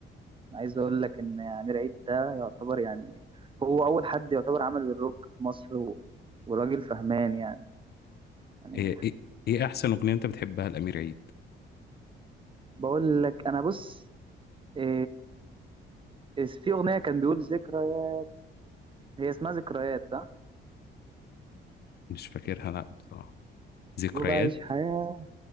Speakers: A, on the right; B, on the left.
A: عايز اقول لك ان امير عيد ده يعتبر يعني هو اول حد يعتبر عمل الروك في مصر و... وراجل فهمان يعني يعني
B: ايه ايه, إيه احسن اغنيه انت بتحبها الامير عيد
A: بقول لك انا بص إيه... إيه في اغنيه كان بيقول ذكريات هي اسمها ذكريات صح
B: مش فاكرها لا بصراحه ذكريات
A: وبعيش حياه